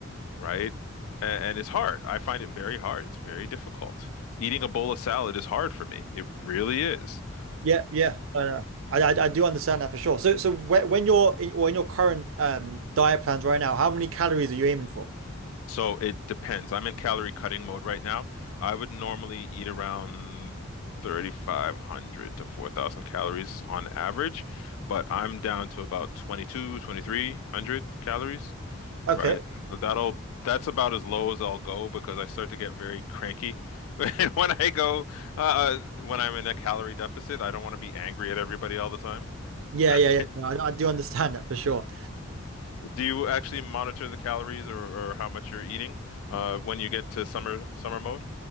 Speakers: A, on the left; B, on the right.
A: right? And, and it's hard. I find it very hard. It's very difficult. Eating a bowl of salad is hard for me. It really is.
B: Yeah, yeah, I know. I, I, I do understand that for sure. So so when, when you're in, or in your current um, diet plans right now, how many calories are you aiming for?
A: So it depends. I'm in calorie cutting mode right now. I would normally eat around 3,500 to 4,000 calories on average, but I'm down to about 22, 2,300 calories,
B: Okay.
A: right? That'll that's about as low as I'll go because I start to get very cranky <laughs> when I go uh, when I'm in a calorie deficit. I don't want to be angry at everybody all the time. <laughs>
B: Yeah, yeah, yeah. No, I, I do understand that for sure.
A: Do you actually monitor the calories or, or how much you're eating uh, when you get to summer summer mode?